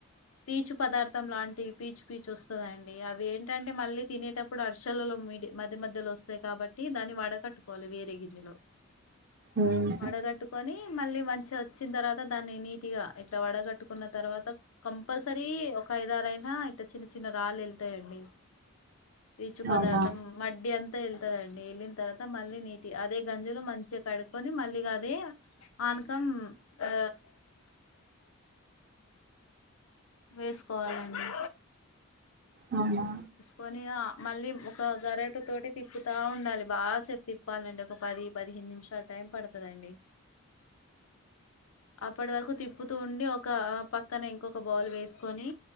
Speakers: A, on the left; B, on the right.
A: పీచు పదార్థం లాంటివి పీచు పీచు వస్తుందండి అవి ఏంటంటే మళ్ళీ తినేటప్పుడు అరుసలలో మధ్య మధ్యలో వస్తాయి కాబట్టి దాన్ని వడకట్టుకోవాలి వేరే గిన్నెలో
B: ఉమ్
A: వడగట్టుకొని మళ్ళీ మంచి వచ్చిన తర్వాత దాన్ని నీట్ గా ఇట్లా వడగట్టుకున్న తర్వాత కంపల్సరీ ఒక ఐదారు అయినా ఇతే చిన్న చిన్న రాళ్ళు వెళ్తాయండి రీచు పదార్థం
B: అవునా
A: మడ్డి అంతా వెళ్తుందిండి వెళ్ళిన తర్వాత మళ్ళీ నీటి అదే గంజులో మంచిగా కడు కని మళ్ళీగా అదే ఆనకం ఆ వేసుకోవాలండి
B: అవునా
A: కొని ఆ మళ్ళీ ఒక గరెటు తోటి తిప్పుతా ఉండాలి బాసేప్ తిప్పాలండి ఒక పది పదిహే ఎన్ని నిమిషాలు టైం పడతదండి అప్పటి వరకు తిప్పుతూ ఉండి ఒక పక్కన ఇంకొక బౌల్ వేసుకొని